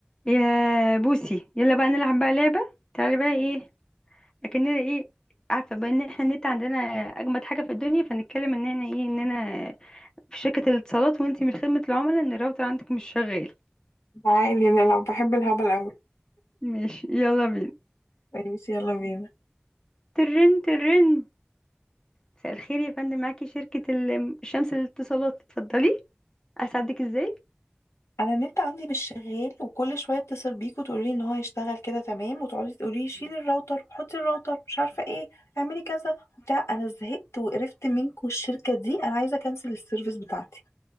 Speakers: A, on the left; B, on the left.
A: يا بوسي يلا بقى نلعب بقى لعبة تعالي بقى ايه اكننا ايه عارفة بقى ان احنا النت عندنا اجمد حاجة في الدنيا فنتكلم اننا ايه اننا في شركة الاتصالات وانتي من خدمة العملاء ان الراوتر عندك مش شغال
B: تعالي نلعب بحب الهبل أوي
A: ماشي يلا بينا
B: ماشي يلا بينا
A: ترن ترن مساء الخير يا فندم معاكي شركة ال- شمس الاتصالات اتفضلي اساعدك ازاي
B: أنا النت عندي مش شغال وكل شوية اتصل بيك وتقولي إن هو هيشتغل كده تمام وتقعدي تقولي شيلي الراوتر وحطي الراوتر مش عارفة ايه اعملي كذا وبتاع أنا زهقت وقرفت منكم الشركة دي أنا عايزة أكنسل السيرفيس بتاعتي